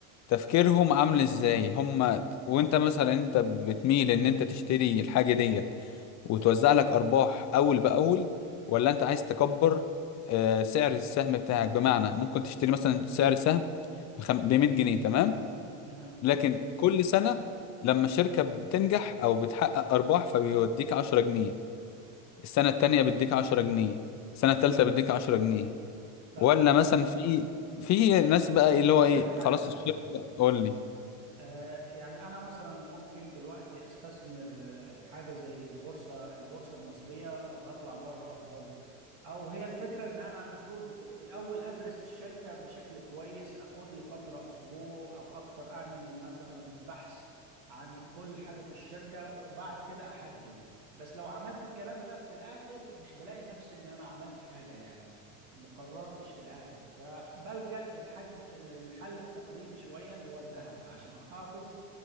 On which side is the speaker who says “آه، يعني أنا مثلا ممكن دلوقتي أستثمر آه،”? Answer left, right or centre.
Right